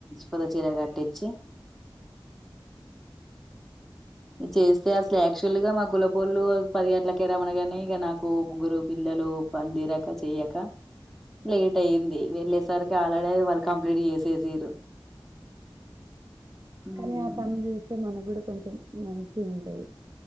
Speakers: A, in the centre; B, on the right.
A: కొతచీర కట్టిచి చేస్తే అసలు యాక్చువల్ గా మా కుల పోళ్ళు పది గంటలకే రమనగానీ ఇక నాకు ముగ్గురు పిల్లలు పని తీరాక చెయక లేట్ అయింది వెళ్ళేస సారికిఆళడ వాల్ళ కంప్లీట్ చేసేసిరు హ్మ్.
B: కానీ ఆ పనులు చూస్తే మనగూడ కొంచెం మంచిగా ఉంటాయి